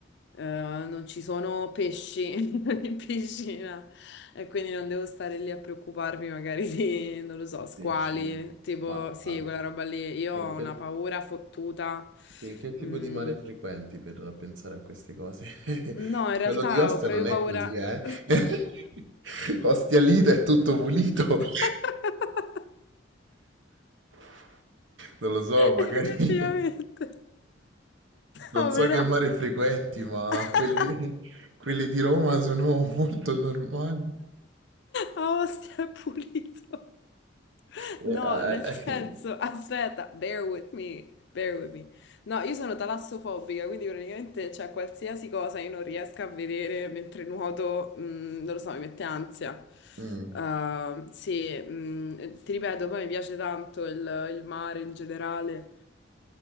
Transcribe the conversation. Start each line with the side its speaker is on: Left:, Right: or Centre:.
Left: eh, non ci sono pesci <laughs> in piscina e quindi non devo stare lì a preoccuparmi magari di, non lo so, squali,
Right: Pesci.
Left: tipo,
Right: Ma
Left: sì,
Right: al-
Left: quella roba lì. Io
Right: in
Left: ho
Right: che,
Left: una paura fottuta.
Right: che- che tipo
Left: Mm,
Right: di mare frequenti per pensare a queste cose? <laughs>
Left: no, in realtà
Right: Quello di Ostia
Left: ho proprio
Right: non è
Left: paura.
Right: così, eh? <laughs> Ostia Lido è tutto pulito. <laughs>
Left: <laughs>
Right: Non lo so, magari
Left: Effettivamente.
Right: <laughs> non
Left: No,
Right: so
Left: però.
Right: che mare frequenti, ma
Left: <laughs>
Right: quelli, quelli di Roma sono molto normali.
Left: Ah, Ostia è pulito.
Right: Eh,
Left: No,
Right: eh,
Left: nel senso,
Right: eh.
Left: <laughs> aspetta, bear with me, bear with me. No, io sono talassofobica, quindi praticamente c'è qualsiasi cosa io non riesco a vedere mentre nuoto, mm, non lo so, mi mette ansia.
Right: Mm.
Left: Uh, sì, mm, ti ripeto, poi mi piace tanto il, il mare in generale,